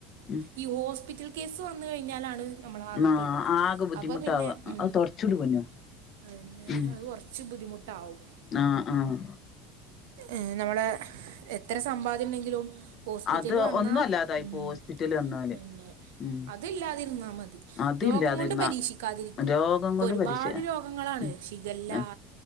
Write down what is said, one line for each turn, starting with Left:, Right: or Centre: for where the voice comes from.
Left: ഉം
Right: ഈ ഹോസ്പിറ്റൽ കേസ് വന്ന് കഴിഞ്ഞാലാണ് നമ്മളാകെ
Left: ആ
Right: പെടാ
Left: ആകെ ബുദ്ധിമുട്ടാവ
Right: അപ്പൊ പിന്നെ ഉം
Left: അത് തൊടച്ചൂട് പൊന്നോ
Right: അതന്നെ
Left: ഉം
Right: അത് കുറച്ച് ബുദ്ധിമുട്ടാവും.
Left: ആഹ് ആഹ്
Right: ഏഹ് നമ്മള എത്ര സമ്പാദ്യം ഇണ്ടെങ്കിലും ഹോസ്പിറ്റല്
Left: അത്
Right: വന്നാ
Left: ഒന്നും അല്ലാതായിപ്പോ
Right: ഉം
Left: ഹോസ്പിറ്റല് വന്നാല്
Right: പിന്നെ
Left: ഉം
Right: അതില്ലാതിരുന്നാ മതി
Left: അതില്ലാതിരുന്ന
Right: രോഗം കൊണ്ട് പരീക്ഷിക്കാതിരിക്കാ
Left: രോഗം
Right: ഇപ്പൊ
Left: കൊണ്ട്
Right: ഒരുപാട്
Left: പരീക്ഷ
Right: രോഗങ്ങളാണ്
Left: ഉം
Right: ശിഖല്ലാ
Left: ആഹ്